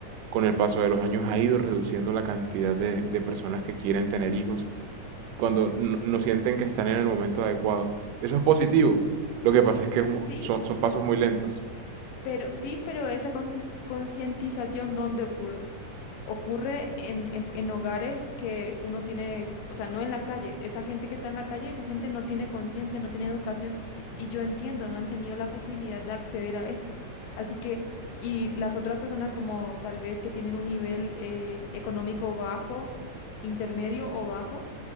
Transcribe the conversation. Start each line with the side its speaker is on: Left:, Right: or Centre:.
Right: con el paso de los años ha ido reduciendo la cantidad de, de personas que quieren tener hijos cuando no, no sienten que están en el momento adecuado. Eso es positivo. Lo que pasa es que es un-
Left: Sí,
Right: son, son pasos muy lentos.
Left: pero sí, pero esa consci- concientización, ¿dónde ocurre? Ocurre en, en, en hogares que uno tiene, o sea, no en la calle. Esa gente que está en la calle, esa gente no tiene conciencia, no tiene educación, y yo entiendo, no han tenido la posibilidad de acceder a eso. Así que, y las otras personas como tal vez que tienen un nivel eh, económico bajo, intermedio o bajo,